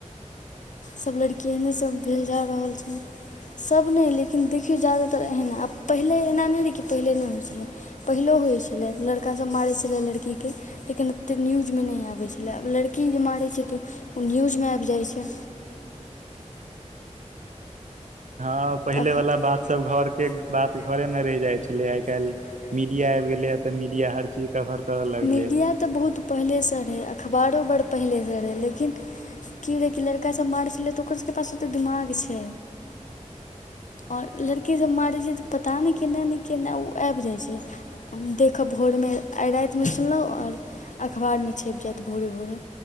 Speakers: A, on the left (about 80°); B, on the right (about 75°).
A: सभ लड़की एहने सभ भेल जा रहल छै सब नहि लेकिन देखियौ जा्यदातर एहना आब पहिले एना नहि रहै कि पहिले नहि होइत छलै पहिले होइ छले लड़का सब मारे छलै लड़की के लेकिन ओते न्यूज मे न आबे छले आब लड़की जे मार छै तऽ ओ न्यूजमे आबि जाइत छै
B: हँ पहिले
A: हँ
B: वाला बात
A: पहिलेवला
B: सब घर
A: बात
B: के
A: त
B: बात
A: घरके
B: घरे
A: बात
B: मे रहि जाइ
A: घरेमे
B: छलै
A: रहि
B: आइ
A: जाइ
B: काल्हि
A: छलै आइ काल्हि
B: मीडिया आबि गेलैए तऽ मीडिया हर चीज कवर करऽ लगलैए
A: मीडिया तऽ बहुत पहिलेसँ रहै अखबारो बड़ पहिलेसँ रहै लेकिन की रहै कि लड़कासभ मारै छलै तऽ ओकर सभके पास ओतेक दिमाग छै आओर लड़कीसभ मारैत छै तऽ पता नहि केना नहि केना ओ आबि जाइत छै देखब बहुत भोरमे आइ रातिमे सुनलहुँ ओर अखबारमे छपि जाइतत भोरे भोरे